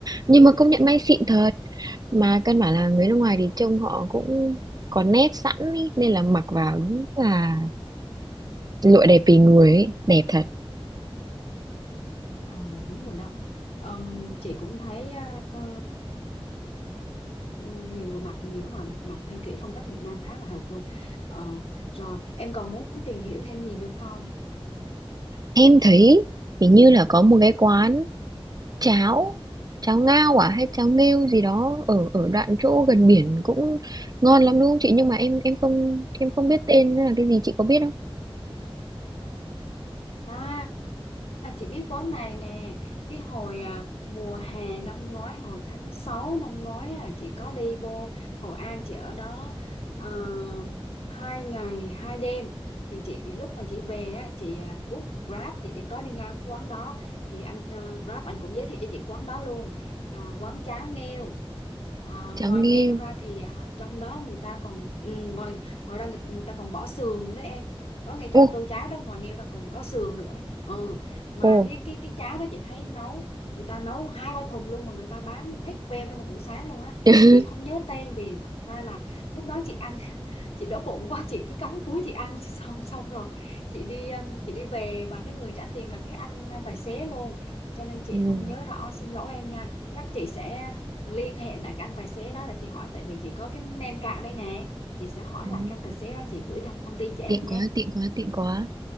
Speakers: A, on the right; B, on the left.
A: nhưng mà công nhận may xịn
B: ừ,
A: thật mà căn bản là người nước ngoài thì trông họ cũng có nét sẵn ý, nên là mặc vào đúng là lụa đẹp vì người ấy, đẹp thật
B: ừ, đúng rồi đó Ờm, chị cũng thấy ờ, nhiều người mặc người nước ngoài mặc, mặc theo kiểu phong cách Việt Nam khá là hợp luôn Ờ, rồi em còn muốn tìm hiểu thêm gì nữa không
A: em thấy hình như là có một cái quán cháo cháo ngao à hay cháo nghêu gì đó ở ở đoạn chỗ gần biển cũng ngon lắm đúng không chị nhưng mà em em không em không biết tên nó là cái gì chị có biết không
B: À À, chị biết quán này nè cái hồi à, mùa hè năm ngoái hồi tháng 6 năm ngoái là chị có đi vô Hội An chị ở đó ờ, hai ngày hai đêm thì chị lúc mà chị về á, chị à, book Grab chị đi có đi ngang quán đó thì anh à, Grab anh cũng giới thiệu cho chị quán đó luôn À, quán cháo nghêu À,
A: cháo
B: ngoài
A: nghêu
B: nghêu ra thì à, trong đó người ta còn ừ, ngoài ngoài ra người, người ta còn bỏ sườn đấy em có ngay trong
A: ô
B: tô cháo đó ngoài nghêu ra còn có sườn nữa ừ mà
A: ô
B: cái cái cái cháo đó chị thấy nấu người ta nấu hai ba thùng luôn mà người ta bán hết veo trong một buổi sáng luôn á
A: <laughs>
B: chị không nhớ tên vì thật ra là lúc đó chị ăn <laughs> chị đói bụng quá chị cứ cắm cúi chị ăn <laughs> xong xong rồi chị đi um, chị đi về và cái người trả tiền là cái anh à, tài xế luôn cho nên chị
A: Ừ.
B: không nhớ rõ xin lỗi em nha chắc chị sẽ liên hệ lại cái anh tài xế đó là chị hỏi tại vì chị có cái name card đây nè chị sẽ hỏi
A: Ừ.
B: lại cái anh tài xế đó chị gửi thông thông tin cho em
A: tiện quá
B: nhé
A: tiện quá tiện quá